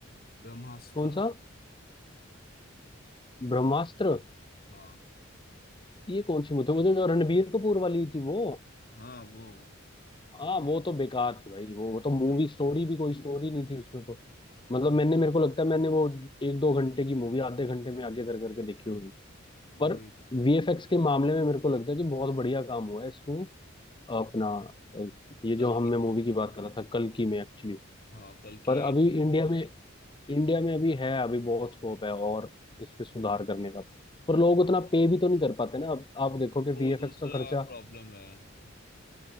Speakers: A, on the left; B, on the left.
A: ब्रह्मास्त्र
B: कौन सा ब्रह्मास्त्र
A: हाँ
B: ये कौन सी मूवी वो जो जो रणबीर कपूर वाली थी वो
A: हाँ वो
B: हाँ वो तो बेकार थी भाई वो वो तो मूवी
A: वही
B: स्टोरी
A: वही
B: भी कोई स्टोरी नहीं थी उसमें तो मतलब
A: वो
B: मैंने मेरे को लगता है मैंने वो एक दो घंटे की मूवी आधे घंटे में आगे कर करके देखी होगी पर
A: वही
B: वीएफएक्स के मामले में मेरे को लगता है कि बहुत बढ़िया काम हुआ है इसमें अपना अ, ये
A: कल
B: जो हमने
A: की
B: मूवी की बात कर रहा था कल की में एक्चुअली
A: हाँ कल की
B: पर अभी
A: एट
B: इंडिया में इंडिया में अभी है अभी बहुत स्कोप है और इस पे सुधार करने का पर लोग उतना पे भी तो नहीं कर पाते ना अब आप देखो कि वीएफएक्स
A: वो दूसरा
B: का खर्चा
A: प्रॉब्लम है